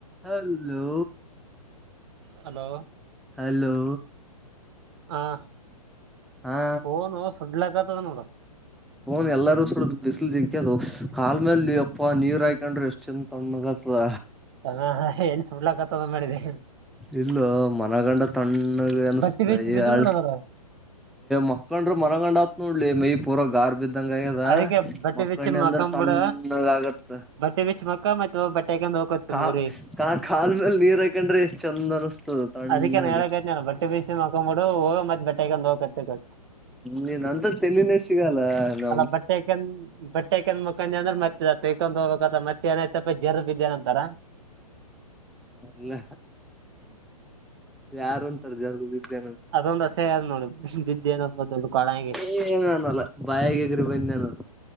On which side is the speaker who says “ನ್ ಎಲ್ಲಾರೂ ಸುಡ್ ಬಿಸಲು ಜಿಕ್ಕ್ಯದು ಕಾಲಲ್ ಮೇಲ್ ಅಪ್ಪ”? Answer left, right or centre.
Centre